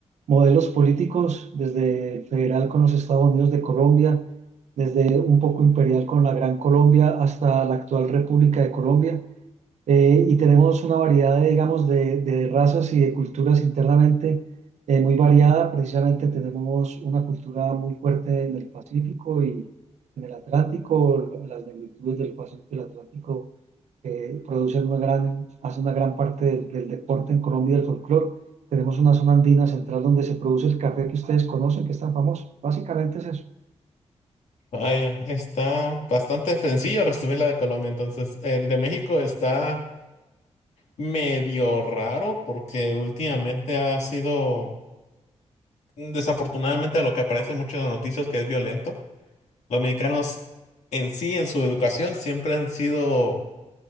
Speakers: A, on the right; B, on the left.
A: modelos políticos, desde federal con los Estados Unidos de Colombia, desde un poco imperial con la Gran Colombia hasta la actual República de Colombia eh, y tenemos una variedad de, digamos, de, de razas y de culturas internamente eh, muy variada. Precisamente tenemos una cultura muy fuerte en el Pacífico y en el Atlántico. Las negritudes del Pacífico y el Atlántico eh, producen una gran, hacen una gran parte del, del deporte en Colombia y del folclore. Tenemos una zona andina central donde se produce el café que ustedes conocen, que es tan famoso. Básicamente es eso.
B: Vaya, está bastante sencillo resumir la de Colombia, entonces. El de México está. medio raro porque últimamente ha sido, mm, desafortunadamente, lo que aparece mucho en las noticias que es violento. Los mexicanos en sí, en su educación, siempre han sido